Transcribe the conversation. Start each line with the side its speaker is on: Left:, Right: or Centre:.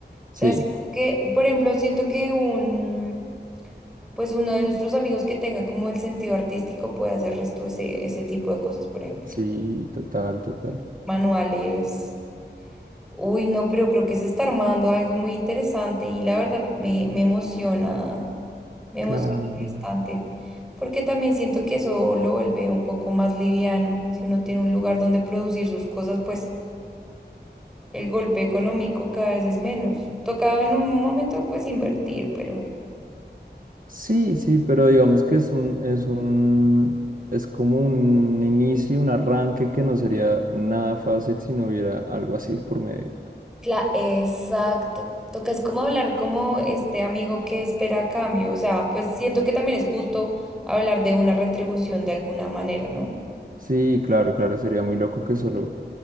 Centre: O
Right: Sí,
Centre: sea, siento que, por ejemplo, siento que un, pues uno de nuestros amigos que tenga como el sentido artístico puede hacer resto ese, ese tipo de cosas, por ejemplo.
Right: sí, total, total.
Centre: Manuales. Uy, no, pero creo que se está armando algo muy interesante y la verdad me, me emociona, me
Right: Claro.
Centre: emociona bastante, porque también siento que eso lo vuelve un poco más liviano. Si uno tiene un lugar donde producir sus cosas, pues el golpe económico cada vez es menos. Tocaba en un momento pues invertir, pero...
Right: Sí, sí, pero digamos que es un, es un, es como un inicio, un arranque que no sería nada fácil si no hubiera algo así por medio.
Centre: Cla- exacto. Toca es como hablar como este amigo que espera a cambio, o sea, pues siento que también es justo hablar de una retribución de alguna manera, ¿no?
Right: Sí, claro, claro, sería muy loco que solo